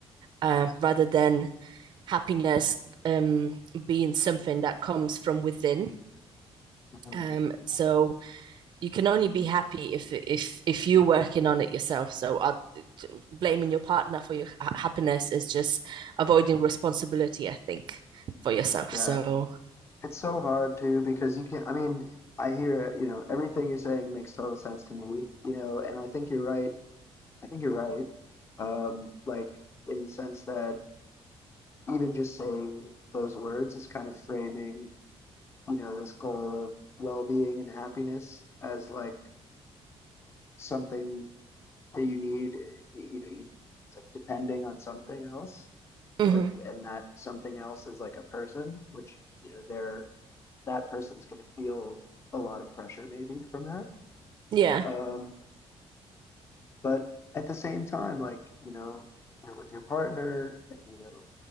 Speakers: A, on the right; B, on the left.
A: uh, rather than happiness um, being something that comes from within
B: Mm-hmm.
A: um, so you can only be happy if if if you're working on it yourself so uh, blaming your partner for your ha- happiness is just avoiding responsibility i think for yourself
B: Yeah.
A: so
B: It's so hard too because you can't, I mean, I hear, you know, everything you're saying makes total sense to me, you know, and I think you're right. I think you're right. Um, like in the sense that even just saying those words is kind of framing, you know, this goal of well-being and happiness as like something that you need, y- you know, you it's like depending on something else.
A: mm-hmm.
B: like and that something else is like a person which you know they're that person's going to feel a lot of pressure maybe from that
A: yeah
B: um but at the same time like you know if you're with your partner and you know